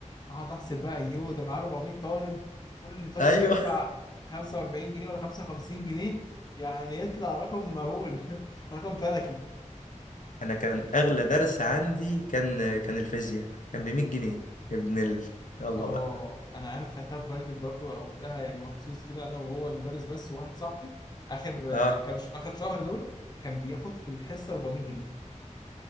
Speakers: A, on the left (about 30°); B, on the left (about 80°).
A: قعدت احسب بقى يوه ده معاه 400 طالب كل طالب
B: <laughs> ايوه
A: بيدفع 45 جنيه ولا 55 جنيه يعني يطلع رقم مهول <laughs> رقم فلكي
B: انا كان اغلى درس عندي كان كان الفيزياء كان ب 100 جنيه ابن ال يلا
A: اه
B: بقى
A: انا عارف خدتها برايفت برضو او اختها يعني مخصوص كده انا وهو مدرس بس وواحد صاحبي اخر
B: اه
A: آه، كام ش... اخر شهر دول كان بياخد في الحصه 400 جنيه